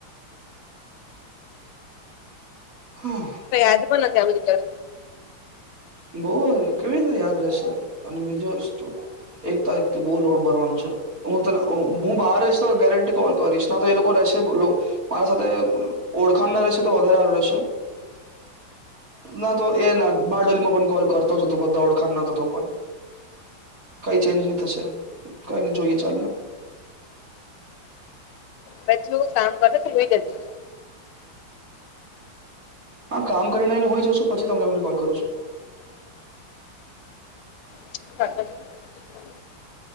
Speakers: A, on the right; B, on the left.
A: હમ
B: યાદ પણ નથી આ બધી કર
A: બઉ કેવી રીતે યાદ રહેશે અને બીજું વસ્તુ એકતા એક તું બહુ લોડ ભરવાનું છે હું તને હું બહાર રહીશ તો ગેરંટી કોલ કરીશ ના તો એ લોકો મારા સાથે ઓળખાણ ના રહેશે તો વધારે રહેશે ના તો એ ના બારડોલીમાં કોલ કરતો જ બધા ઓળખ પણ કઈ ચેન્જ નહી થશે કઈ નહી જોઈએ ચાલને
B: પછ કામ કરતો તો જોઈ જજ
A: હા કામ કરીને હોય જઉ શું પછી તમે તને કોલ કરું છું.
B: <inaudible>